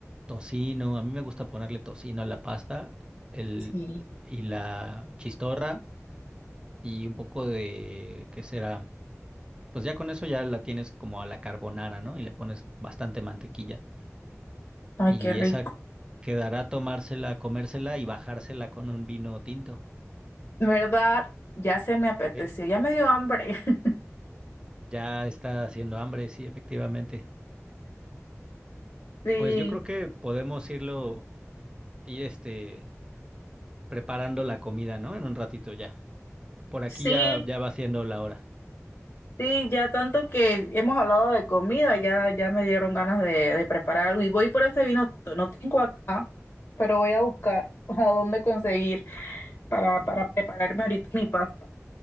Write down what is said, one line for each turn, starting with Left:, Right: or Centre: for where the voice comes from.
Right: tocino. A mí me gusta ponerle tocino a la pasta el,
Left: Sí.
Right: y la chistorra y un poco de, ¿qué será? Pues ya con eso ya la tienes como a la carbonara, ¿no? Y le pones bastante mantequilla.
Left: Ay,
Right: Y
Left: qué rico.
Right: esa quedará tomársela, comérsela y bajársela con un vino tinto.
Left: ¿Verdad? Ya se me apeteció,
Right: Sí,
Left: ya me dio hambre. <laughs>
Right: Ya está haciendo hambre, sí, efectivamente.
Left: Sí,
Right: Pues yo creo que podemos irlo, ir este, preparando la comida, ¿no? En un ratito ya. Por aquí
Left: sí,
Right: ya, ya va siendo la hora.
Left: sí, ya tanto que hemos hablado de comida, ya, ya me dieron ganas de, de preparar algo. Y voy por ese vino tinto, no tengo acá, pero voy a buscar <laughs> a dónde conseguir para, para prepararme ahorita mi pasta.